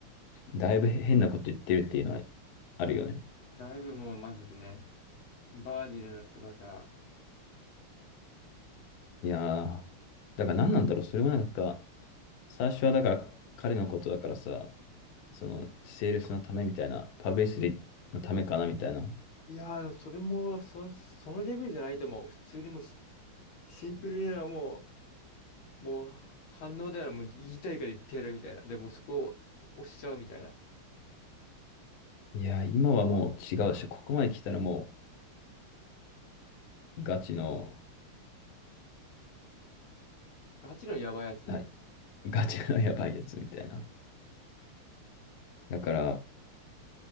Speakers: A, on the left; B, on the left.
A: だいぶ変なこと言ってるっていうのはあるよね。
B: だいぶもうマジでね、バージルの凄さ。
A: いやー、だから何なんだろう。それもなんか、最初はだから彼のことだからさ、その、セールスのためみたいな、パブリシティのためかなみたいな。
B: いやー、でもそれも、そ、そのレベルじゃないともう。普通にもうシシンプルなもう、もう反応ではもう言いたいから言ってやるみたいな。でもそこを押しちゃうみたいな。
A: いや、今はもう違うし、ここまで来たらもう、ガチの、
B: ガチのやばいやつだね。
A: あ、ガチの <laughs> やばいやつみたいな。だから、